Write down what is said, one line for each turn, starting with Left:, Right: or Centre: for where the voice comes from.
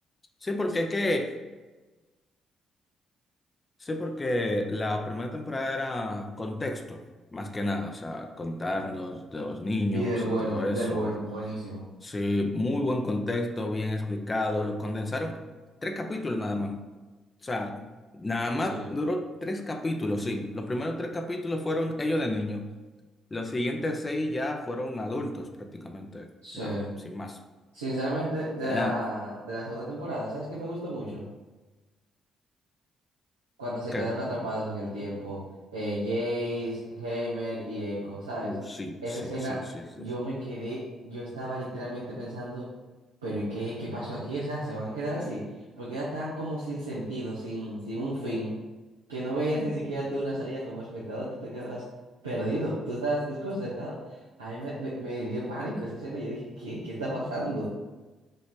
Left: sí, porque es que Sí, porque la primera temporada era contexto, más que nada, o sea, contarnos de los niños
Right: Y del bueno,
Left: y todo eso.
Right: del bueno, buenísimo.
Left: Sí, muy buen contexto, bien explicado. Lo condensaron tres capítulos nada más. O sea, nada más
Right: Sí, sí.
Left: duró tres capítulos, sí. Los primeros tres capítulos fueron ellos de niños. Los siguientes seis ya fueron adultos prácticamente, o
Right: Sí.
Left: sea, sin más.
Right: Sinceramente, de
Left: Ah,
Right: la, de la segunda temporada, ¿sabes qué me gustó mucho? cuando se
Left: ¿qué?
Right: quedaron atrapados en el tiempo, eh, Jace, Heimer y Echo, ¿sabes?
Left: Uh, sí,
Right: Esa
Left: sí,
Right: escena,
Left: sí, sí, sí,
Right: yo
Left: sí.
Right: me quedé, yo estaba literalmente pensando, pero ¿y qué, qué pasó aquí? O sea, ¿se van a quedar así? Porque era tan como sin sentido, sin, sin un fin, que no veías ni siquiera tú una salida como espectador, tú te quedabas perdido, tú estabas desconcertado. A mí me, me- me dio pánico esa escena, yo dije, ¿qué, qué está pasando?